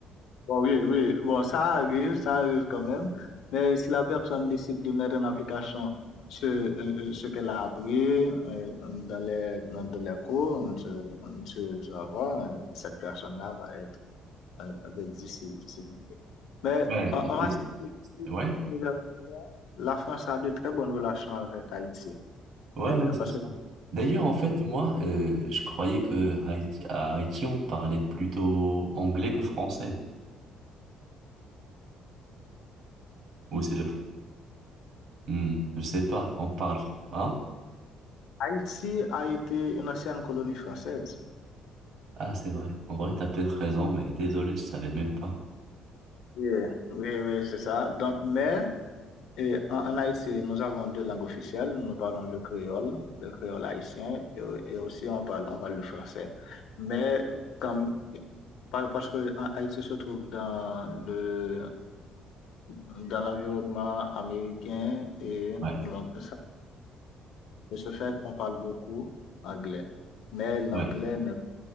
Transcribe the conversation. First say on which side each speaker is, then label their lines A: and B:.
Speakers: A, on the left; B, on the right.
A: Bon, oui, oui, bon, ça arrive, ça arrive quand même. Mais si la personne décide de mettre en application ce, euh, euh, ce qu'elle a appris euh, dans les, dans, dans les cours, tu, tu, tu vas voir, euh, cette personne-là va être, euh, va être disci- disciplinée. Mais
B: Ouais,
A: en,
B: et
A: en matière
B: c'est- ouais,
A: d'université, la France a de très bonnes relations avec Haïti.
B: ouais,
A: C'est-à-dire-
B: ouais, c'est
A: Parce
B: ça.
A: que
B: D'ailleurs, en fait, moi, euh, je croyais que Haïti, à Haïti, on parlait plutôt anglais que français. Ou c'est le... fr- Hmm, je sais pas, on parle... fr- Hein?
A: Haïti a été une ancienne colonie française.
B: Ah, c'est vrai. En vrai, t'as peut-être raison, mais désolé, je savais même pas.
A: Oui, oui, oui, c'est ça. Donc, mais Et en, en Haïti, nous avons deux langues officielles. Nous parlons le créole, le créole haïtien, et, et aussi on parle, on parle le français. Mais quand, par- parce que en Haïti se trouve dans le, dans l'environnement américain, et
B: Ouais,
A: donc, ça- de ce fait, on parle beaucoup anglais. Mais l'anglais
B: ouais.
A: n'est